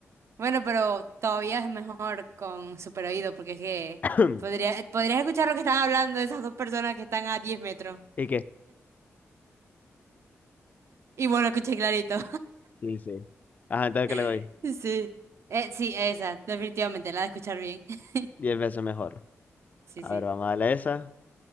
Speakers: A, on the right; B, on the left.
A: Bueno, pero todavía es mejor con super oído porque es que
B: <clears throat>
A: podría, podrías escuchar lo que están hablando esas dos personas que están a 10 metros
B: ¿Y qué?
A: y vos lo escuchás clarito.
B: Sí, sí. Ajá, entonces ¿qué le doy?
A: <laughs> Sí. Eh, sí, esa, definitivamente, la de escuchar bien. <laughs>
B: Diez veces mejor.
A: Sí,
B: A
A: sí,
B: ver, vamos a darle esa.